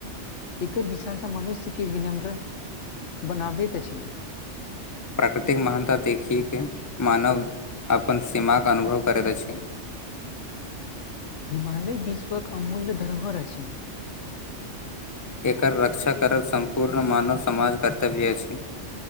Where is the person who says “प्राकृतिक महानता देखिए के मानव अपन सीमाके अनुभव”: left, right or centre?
Left